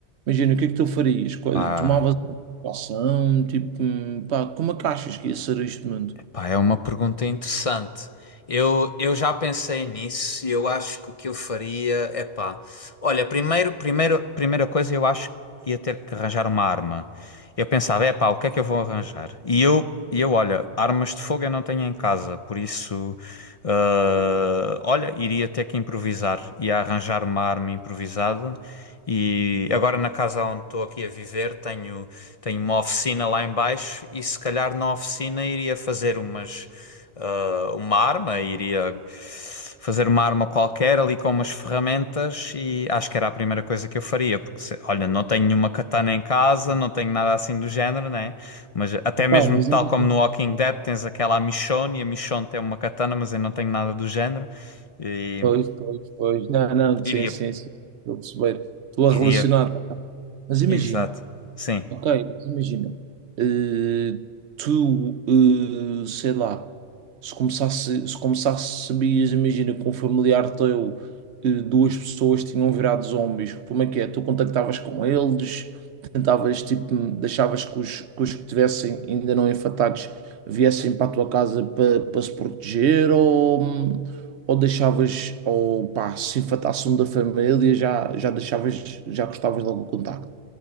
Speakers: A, on the right (about 80°); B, on the left (about 45°).
A: Imagina, o que é que tu farias? Qual-
B: pá.
A: Tomavas uma ação, tipo, hum, pá, como é que achas que ia ser este mundo?
B: Pá, é uma pergunta interessante. Eu, eu já pensei nisso e eu acho que o que eu faria é pá. Olha, primeiro, primeiro, primeira coisa, eu acho que ia ter que arranjar uma arma. Eu pensava, é pá, o que é que eu vou arranjar? E eu, e eu olha, armas de fogo eu não tenho em casa, por isso, ah, olha, iria ter que improvisar. Ia arranjar uma arma improvisada. E agora na casa onde estou aqui a viver tenho, tenho uma oficina lá em baixo e se calhar na oficina iria fazer umas, ah, uma arma, iria fazer uma arma qualquer ali com umas ferramentas e acho que era a primeira coisa que eu faria, porque se- olha, não tenho nenhuma katana em casa, não tenho nada assim do género, né? Mas até mesmo
A: Pá, mas
B: tal
A: imagina,
B: como no Walking Dead tens aquela a Michonne e a Michonne tem uma katana, mas eu não tenho nada do género e
A: pois, pois, pois, não, não,
B: iria
A: sim, sim, sim, estou a perceber, estou a
B: iria
A: relacionar. Mas imagina,
B: exato. Sim.
A: Ok, mas imagina, eh, tu, eh, sei lá, se começasse, se começasse, sabias, imagina, com um familiar teu, eh, duas pessoas tinham virado zombies, como é que é? Tu contactavas com eles, tentavas, tipo, deixavas que os que, os que tivessem ainda não infectados viessem para a tua casa para, para se proteger, ou, ou deixavas, ou pá, se infectasse um da família, já, já deixavas, já cortavas logo o contacto.